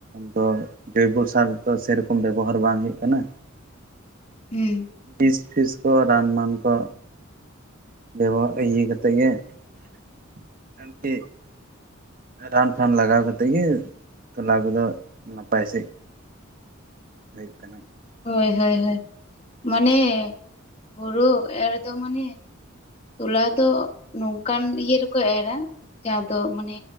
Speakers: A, on the right; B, on the left.
A: ᱛᱚ ᱡᱳᱭᱵᱚ ᱥᱟᱨ ᱫᱚ ᱥᱮᱨᱚᱠᱚᱢ ᱵᱮᱵᱚᱦᱟᱨ ᱵᱟᱝ ᱦᱩᱭᱩᱜ ᱠᱟᱱᱟ
B: ᱦᱩᱸ᱾
A: ᱯᱤᱥ ᱯᱤᱥ ᱠᱚᱨ ᱨᱟᱱ ᱢᱟᱱ ᱠᱚ ᱵᱮᱵᱷᱜ ᱤᱭᱟᱹ ᱠᱟᱛᱮ ᱜᱮ <inaudible> ᱨᱟᱱ ᱯᱷᱟᱱ ᱞᱟᱜᱟᱣ ᱠᱟᱛᱮᱫ ᱜᱮ ᱛᱚᱞᱟ ᱠᱚᱫᱚ ᱱᱟᱯᱟᱭ ᱥᱤᱜ ᱦᱩᱭᱩᱜ ᱠᱟᱱᱟ᱾
B: ᱦᱳᱭ ᱼ ᱦᱳᱭ ᱼ ᱦᱳᱭ ᱢᱟᱱᱮ ᱦᱩᱲᱩ ᱮᱨ ᱫᱚ ᱢᱟᱱᱮ ᱛᱚᱞᱟ ᱫᱚ ᱱᱚᱝᱠᱟᱱ ᱤᱭᱟᱹ ᱨᱮᱠᱚ ᱮᱨᱟ ᱡᱟᱦᱟᱸ ᱫᱚ ᱢᱟᱱᱮ